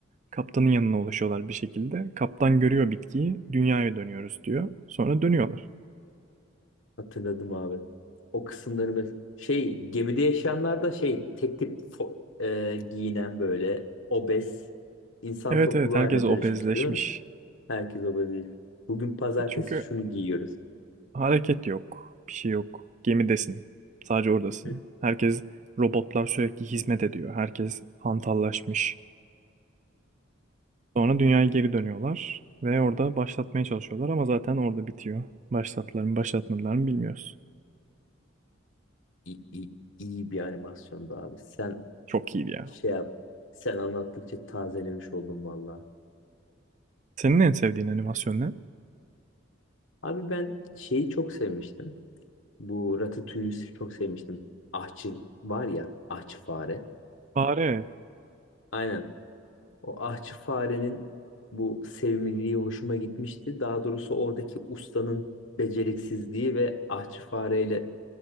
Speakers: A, on the right; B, on the left.
A: kaptanın yanına ulaşıyorlar bir şekilde. Kaptan görüyor bitkiyi, dünyaya dönüyoruz diyor. Sonra dönüyorlar.
B: Hatırladım abi. O kısımları mes- şey gemide yaşayanlar da şey tek tip fo- e, giyinen böyle obez insan
A: Evet
B: topluluğu
A: evet herkes
B: haline
A: obezleşmiş.
B: dönüşmüş değil mi? Herkes obez. değil. Bugün pazartesi
A: Çünkü
B: şunu giyiyoruz.
A: hareket yok, bir şey yok. Gemidesin. Sadece oradasın.
B: Hı.
A: Herkes robotlar sürekli hizmet ediyor. Herkes hantallaşmış. Sonra dünyaya geri dönüyorlar ve orada başlatmaya çalışıyorlar ama zaten orada bitiyor. Başlattılar mı, başlatmadılar mı bilmiyoruz.
B: İyi, iyi, iyi bir animasyondu abi. Sen
A: Çok iyiydi ya.
B: şey yap. Sen anlattıkça tazelemiş oldum valla.
A: Senin en sevdiğin animasyon ne?
B: Abi ben şeyi çok sevmiştim. Bu Ratatouille'ü çok sevmiştim. Ahçı var ya, ahçı fare.
A: Fare.
B: Aynen. O ahçı farenin bu sevimliliği hoşuma gitmişti. Daha doğrusu oradaki ustanın beceriksizliği ve ahçı fareyle